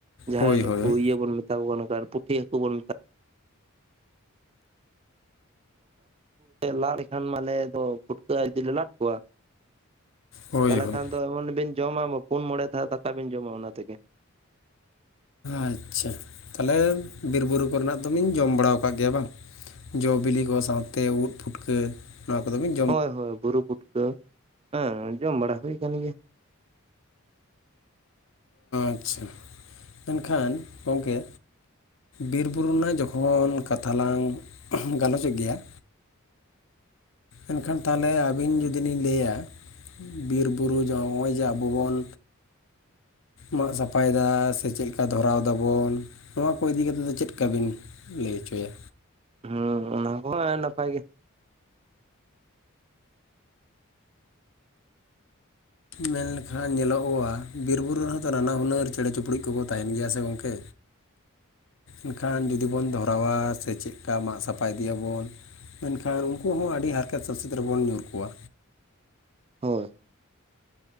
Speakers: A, on the right (about 25°); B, on the left (about 60°).
A: ᱡᱟᱦᱟᱸᱭ
B: ᱦᱳᱭ
A: ᱱᱩᱠᱩ
B: ᱦᱳᱭ
A: ᱤᱭᱟᱹ ᱵᱚᱱ ᱢᱮᱛᱟ ᱠᱚᱣᱟ ᱯᱩᱛᱤ ᱦᱟᱹᱠᱩ ᱵᱚᱱ ᱢᱮᱛᱟ ᱠᱚᱣᱟ ᱞᱟᱫ ᱞᱮᱠᱷᱟᱱ ᱢᱟᱞᱮ ᱫᱚ, ᱯᱷᱩᱴᱠᱟᱹ ᱟᱨ <unintelligible> ᱞᱟᱫ ᱠᱚᱣᱟ
B: ᱦᱳᱭ
A: ᱛᱟᱦᱚᱞᱮ
B: ᱦᱳᱭ
A: ᱠᱷᱟᱱ ᱫᱚ ᱮᱢᱚᱱ ᱵᱤᱱ ᱡᱚᱢᱟ ᱯᱩᱱ ᱢᱚᱬᱮ ᱫᱷᱟᱣ ᱫᱟᱠᱟ ᱵᱤᱱ ᱡᱚᱢᱟ ᱚᱱᱟ ᱛᱮᱜᱮ᱾
B: ᱟᱪᱪᱷᱟ ᱛᱟᱦᱚᱞᱮ ᱵᱤᱨ ᱵᱩᱨᱩ ᱠᱚᱨᱮᱱᱟᱜ ᱫᱚᱵᱤᱱ ᱡᱚᱢ ᱵᱟᱲᱟ ᱟᱠᱟᱫ ᱜᱮᱭᱟ ᱵᱟᱝ ᱡᱚᱼ ᱵᱤᱞᱤ ᱠᱚ ᱥᱟᱶᱛᱮ ᱳᱫ ᱯᱩᱴᱠᱟᱹ ᱱᱚᱣᱟ ᱠᱚᱫᱚ ᱵᱤᱱ
A: ᱦᱳᱭ ᱦᱳᱭ ᱵᱩᱨᱩ ᱯᱩᱴᱠᱟᱹ ᱦᱮᱸ ᱡᱚᱢ ᱵᱟᱲᱟ ᱦᱩᱭ ᱟᱠᱟᱱ ᱜᱮᱭᱟ
B: ᱟᱪᱪᱷᱟ ᱢᱮᱱᱠᱷᱟᱱ ᱜᱚᱢᱠᱮ ᱵᱤᱨ ᱵᱩᱨᱩ ᱨᱮᱱᱟᱜ ᱡᱚᱠᱷᱚᱱ ᱠᱟᱛᱷᱟ ᱞᱟᱝ ᱜᱟᱞᱚᱪᱮᱫ ᱜᱮᱭᱟ ᱮᱱᱠᱷᱟᱱ ᱛᱟᱦᱚᱞᱮ ᱟᱹᱵᱤᱱ ᱡᱩᱫᱤ ᱞᱤᱧ ᱞᱟᱹᱭᱟ ᱵᱤᱨ ᱵᱩᱨᱩ ᱱᱚᱜᱼᱚᱭ ᱡᱮ ᱟᱵᱚ ᱵᱚᱱ ᱢᱟᱜ ᱥᱟᱯᱷᱟᱭᱮᱫᱟ ᱥᱮ ᱪᱮᱫᱠᱟ ᱫᱷᱚᱨᱟᱣ ᱫᱟᱵᱚᱱ ᱱᱚᱣᱟ ᱠᱚ ᱤᱫᱤ ᱠᱟᱛᱮᱫ ᱫᱚ ᱪᱮᱫᱠᱟ ᱵᱤᱱ ᱞᱟᱹᱭ ᱦᱚᱪᱚᱭᱟ
A: ᱦᱩᱸ ᱚᱱᱟ ᱦᱳᱭ ᱱᱟᱯᱟᱭ ᱜᱮ
B: ᱢᱮᱱ ᱞᱮᱠᱷᱟᱱ ᱧᱮᱞᱚᱜᱚᱜᱼᱟ, ᱵᱤᱨ ᱵᱩᱨᱩ ᱨᱮᱦᱚᱸ ᱛᱚ ᱱᱟᱱᱟ ᱦᱩᱱᱟᱹᱨ ᱪᱮᱸᱬᱮ ᱪᱩᱯᱲᱩᱫ ᱠᱚᱠᱚ ᱛᱟᱦᱮᱱ ᱜᱮᱭᱟ ᱥᱮ ᱜᱚᱝᱠᱮ
A: <inaudible>
B: ᱮᱱᱠᱷᱟᱱ ᱡᱩᱫᱤ ᱵᱚᱱ ᱫᱷᱚᱨᱟᱣᱟ ᱥᱮ ᱪᱮᱫᱠᱟ ᱢᱟᱜ ᱥᱟᱯᱷᱟ ᱤᱫᱤᱭᱟᱵᱚᱱ ᱢᱮᱱᱠᱷᱟᱱ ᱩᱱᱠᱩ ᱦᱚᱸ ᱟᱹᱰᱤ ᱦᱟᱨᱠᱮᱛ ᱥᱟᱥᱮᱛ ᱨᱮᱵᱚᱱ ᱧᱩᱨ ᱠᱚᱣᱟ᱾
A: ᱦᱳᱭ